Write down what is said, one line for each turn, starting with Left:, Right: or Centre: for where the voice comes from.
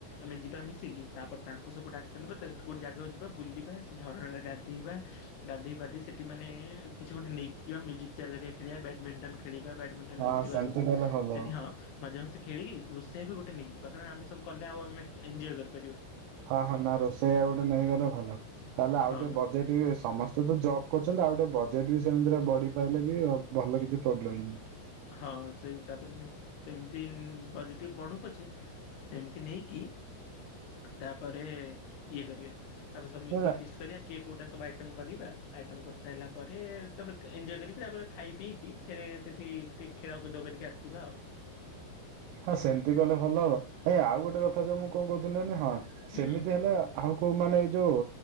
Left: ଆମେ ଯିବା ମିଶିକି ତାପରେ ତାଙ୍କୁ ସବୁ ଡାକି ସାରିଲା ପରେ ଗୋଟେ ଜାଗାକୁ ଯିବା ବୁଲିବା ଝରଣାରେ ଗାଧେଇବା ଗାଧୋଇ ପାଧି ସେଠି ମାନେ କିଛି ଗୋଟେ ନେଇକ ଯିବା ମିଉଜିକ୍ ଚେୟାର କରିବା ଖେଳିବା ବ୍ୟାଡମିଣ୍ଟନ ଖେଳିବା ବ୍ୟାଡମି ସେଟା
Right: ହଁ
Left: ନେଇକି ଯିବା
Right: ସେମିତି
Left: ସବୁ
Right: କଲେ ଭଲ
Left: ସେଠି ହଁ ମଜା ମସ୍ତି ଖେଲିକି ରୋଷେଇଆ ବି ଗୋଟେ ନେଇକିଯିବା କାରଣ ଆମେ ସବୁ କଲେ ଆଉ ଆମେ ଏଞଜୟ କରି
Right: ହଁ ହଁ ନା ରୋଷେଇ ଆଉ ଗୋଟେ ନେଇ ଗଲେ ଭଲ ତାହେଲେ ଆଉ
Left: ହଁ
Right: ଟିକେ ବଜେଟ ବି ସମସ୍ତେ ତ ଜବ୍ କରୁଛନ୍ତି ଆଉ ଗୋଟେ ବଜେଟ୍ ବି ସେମିତିରେ ବଢ଼ିପାରିଲେ ବି ଆଉ ଭଲ କିଛି ପ୍ରୋବ୍ଲେମ୍ ନାହିଁ।
Left: ହଁ ସେଇ ତାପରେ ସେମିତି ବଜେଟ୍ ଟିକେ ବଡୁ ପଛେ ସେମିତି ନେଇକି ତାପରେ ଇଏ କରିବା ତାପରେ ସବୁ
Right: ନା
Left: ମିଶିକି
Right: ନା
Left: ଫିଷ୍ଟ କରିବା କିଏ କୋଉଟା ଗୋଟେ ସବୁ ଆଇଟମ୍ କରିବା ଆଇଟମ କରିସାରିଲା ପରେ ତାପରେ ଏଜୟ କରିକି ତାପରେ ଖାଇ ପିଇକି ଫେରେ ସେଠି ଟିକେ ଖେଳକୁଦ କରିକି ଆସିବା ଆଉ।
Right: ହଁ ସେମିତି କଲେ ଭଲ ହବ ଏଇ ଆଉ ଗୋଟେ କଥା ଯଉ ମୁଁ କଣ କହୁଥିଲିନି ହଁ
Left: ହୁଁ
Right: ସେମିତି ହେଲେ ଆଉ କୋଉ ମାନେଇ ଯୋଉ